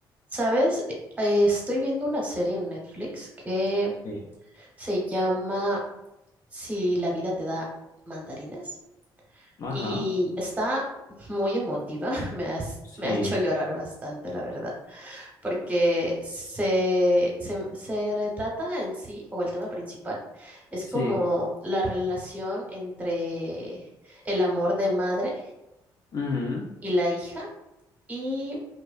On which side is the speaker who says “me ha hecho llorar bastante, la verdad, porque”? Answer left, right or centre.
Right